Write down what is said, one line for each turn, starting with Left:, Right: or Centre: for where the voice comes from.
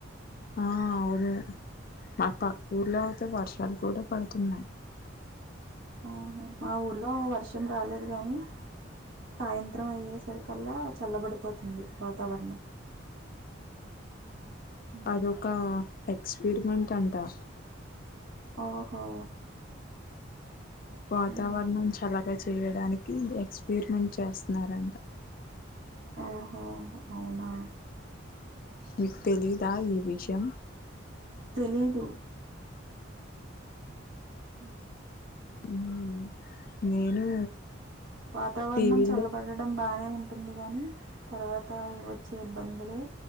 Left: ఆ అవును, మా పక్కూర్లో అయితే వర్షాలు కూడా పడుతున్నాయి.
Right: ఊహు మా ఊర్లో వర్షం రాలేదు గానీ, సాయంత్రం అయ్యే సరికల్లా చల్లబడిపోతుంది వాతావరణం. ఉమ్.
Left: అదొక ఎక్స్పెరిమెంట్ అంటా
Right: ఓహో
Left: వాతావరణం
Right: ఉమ్.
Left: చలగా చేయ్ చేయడానికి ఎక్స్పరిమెంట్ చేస్తున్నారంట.
Right: ఆహో అవునా.
Left: మీకు తెలీదా ఈ విషయం.
Right: తెలీదు అ
Left: ఉమ్ నేను
Right: వాతావరణం
Left: టీవీలో
Right: చల్లబడడం బానే ఉం. ఉంటుంది గని, తర్వాత వచ్చే ఇబ్బందులే